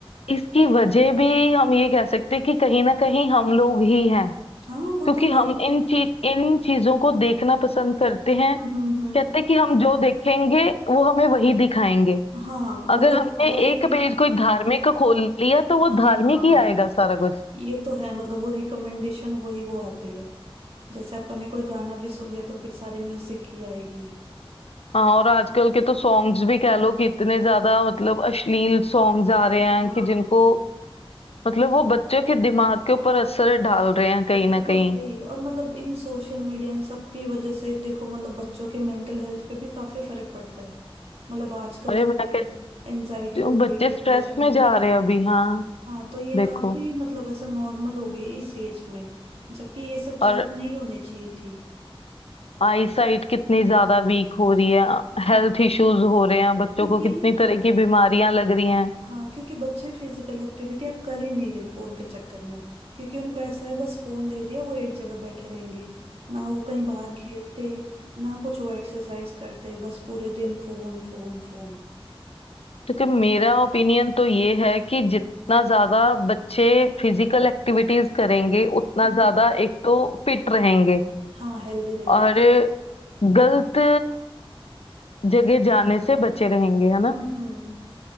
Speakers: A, on the left; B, on the right.
A: इसकी वजह भी हम ये कह सकते हैं कि कहीं ना कहीं हम लोग ही हैं
B: हाँ वो
A: क्योंकि
B: तो
A: हम
B: है ही
A: इन चीज इन चीजों को देखना पसंद करते हैं
B: हम्म हम्म हम्म
A: कहते कि हम जो देखेंगे वो हमें वही दिखाएंगे
B: हाँ
A: अगर
B: मतलब
A: हमने
B: वही
A: एक पेज कोई धार्मिक का खोल लिया तो वो
B: हाँ
A: धार्मिक
B: हाँ
A: ही आएगा सारा कुछ
B: ये तो है मतलब वो रिकमेंडेशन वही वो आती है जैसे अपन ने कोई गाना भी सुन लिया तो फिर सारी म्यूजिक की आएगी
A: हाँ और आजकल के तो सॉन्ग्स भी कह लो कि इतने ज्यादा मतलब अश्लील सॉन्ग्स आ रहे हैं
B: हाँ
A: कि जिनको मतलब वो बच्चों के दिमाग के ऊपर असर डाल रहे हैं कहीं ना
B: वो तो
A: कहीं
B: है ही और मतलब इन सोशल मीडिया इन सब की वजह से देखो मतलब बच्चों के मेंटल हेल्थ पे भी काफी फर्क पड़ता है मतलब आजकल
A: अरे
B: जैसे
A: मैं कहती
B: एनजाइटी
A: हूँ
B: हो
A: बच्चे
B: गई डिप्रेशन
A: स्ट्रेस में
B: हो
A: जा
B: गई
A: रहे हैं अभी हाँ
B: हाँ तो ये
A: देखो
B: काफी मतलब ऐसा नॉर्मल हो गई इस एज में जबकि ये सब
A: और
B: चीजें नहीं होनी चाहिए थी
A: आई साइट कितनी ज्यादा वीक हो रही है
B: हाँ
A: हेल्थ इश्यूज हो रहे हैं बच्चों
B: क्योंकि
A: को कितनी तरह की बीमारियां लग रही हैं
B: हाँ क्योंकि बच्चे फिजिकल एक्टिविटी अब कर ही नहीं रहे फोन के चक्कर में क्योंकि उनको ऐसा है बस फोन दे दिया वो एक जगह बैठे रहेंगे ना वो कहीं बाहर खेलते ना कुछ वो एक्सरसाइज करते बस पूरे दिन फोन फोन फोन
A: क्योंकि मेरा ओपिनियन तो ये है कि जितना ज्यादा बच्चे फिजिकल एक्टिविटीज करेंगे उतना
B: हम्म
A: ज्यादा एक तो फिट रहेंगे
B: हाँ हेल्दी रहेंगे
A: और गलत जगह जाने से बचे रहेंगे है ना
B: हम्म हम्म